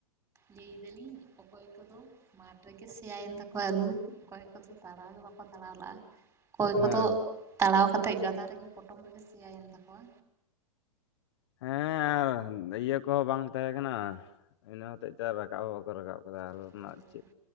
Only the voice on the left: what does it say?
ᱦᱮᱸ
ᱦᱮᱸ ᱟᱨ ᱤᱭᱟᱹ ᱠᱚᱦᱚᱸ ᱵᱟᱝ ᱛᱟᱦᱮᱸ ᱠᱟᱱᱟ ᱤᱱᱟᱹ ᱦᱚᱛᱮᱡ ᱛᱮ ᱟᱨ ᱨᱟᱠᱟᱵ ᱦᱚᱸ ᱵᱟᱠᱚ ᱨᱟᱠᱟᱵ ᱠᱟᱫᱟ ᱟᱹᱞᱩ
ᱨᱮᱱᱟᱜ ᱪᱮᱫ